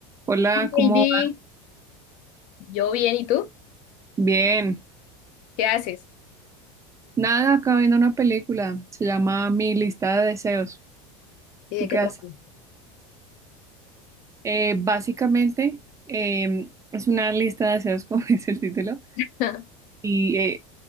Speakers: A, on the right; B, on the left.
A: Hola, ¿cómo
B: Heidi,
A: va?
B: yo bien, ¿y tú?
A: Bien.
B: ¿Qué haces?
A: Nada, acabo viendo una película. Se llama Mi lista de deseos.
B: ¿Y
A: ¿Tú
B: de
A: qué
B: qué trabajo?
A: haces? Eh, básicamente, eh, es una lista de deseos, <laughs> como dice el título.
B: <laughs>
A: Y eh,